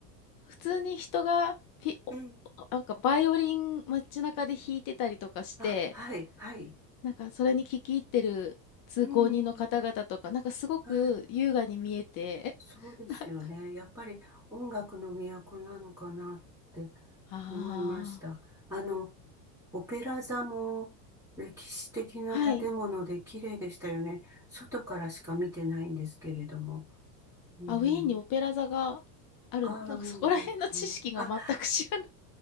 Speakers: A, on the left; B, in the centre.
A: 普通に人がピお
B: ええ、
A: なんかバイオリン街中で弾いてたりとかして、
B: あ、はい、はい。
A: なんかそれに聞き入ってる通行人の方々とか、
B: うん。
A: なんかすごく優雅に見えて、
B: はい。そうですよね。
A: <laughs> なんか、
B: やっぱり音楽の都なのかなって
A: あ
B: 思いました。あの、オペラ座も歴史的な建物で綺麗でしたよね。
A: あ、はい。
B: 外からしか見てないんですけれども。うん、
A: あ、ウィーンにオペラ座がある、
B: あるんですね。
A: なんかそこら辺の知識が全く知らない、
B: あ、